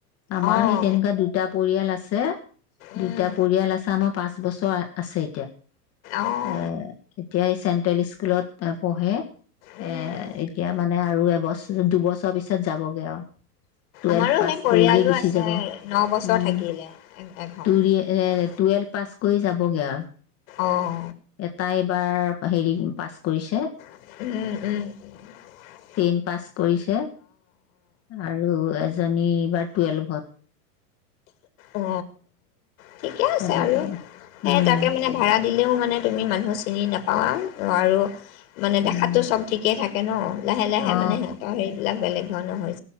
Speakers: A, on the left; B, on the left.
A: আমাৰ
B: অঁ
A: সেই তেনেকুৱা দুটা পৰিয়াল আছে
B: উম
A: দুটা পৰিয়াল আছে আমাৰ পাঁচ বছৰ আছে
B: অঁ
A: <inaudible> এ এতিয়া এই চেণ্ট্ৰেল স্কুলত পঢ়ে
B: উম
A: এ এতিয়া মানে আৰু এবছৰ দুবছৰ পিছত যাবগে আৰু টুৱেলভ
B: আমাৰো
A: পাছ
B: সেই পৰিয়ালো
A: কৰিলেই গুচি
B: আছে
A: যাব
B: ন বছৰ
A: উম
B: থাকিলে এঘৰ
A: টুৰি টুৱেলভ পাছ কৰি যাবগে আৰু
B: অঁ
A: এটাাই এইবাৰ হেৰি পাছ কৰিছে
B: উম উম উম
A: চেইন পা্ পৰিছে আৰু এজনী এইবাৰ টুৱেলভত
B: অ ঠিকে আছে
A: তেনেকে
B: আৰু সেই
A: উম
B: তাকে মানে ভাড়া দিলেও মানে তুমি মানুহ চিনি নাপাওঁ আৰু মানে
A: উম
B: দেখাতটো চব ঠিকে থাকে কন লাহে লাহে
A: অ
B: মানে সিহঁতৰ সেইবিলাক বেলেগ ধানা হয়